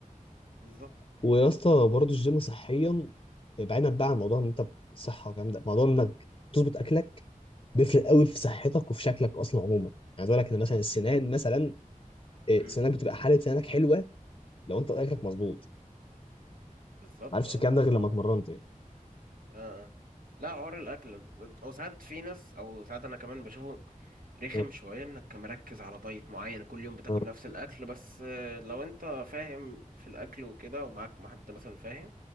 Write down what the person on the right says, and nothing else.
بالظبط
مم.
بالظبط
اه
ما
هو
اه
آه. لا حوار الاكل وساعات في ناس او ساعات انا كمان بشوفه رخم
شويه انك مركز على دايت معين كل يوم بتاكل
نفس الاكل بس آه، لو انت فاهم في الاكل وكده ومعاك مع حد مثلا فاهم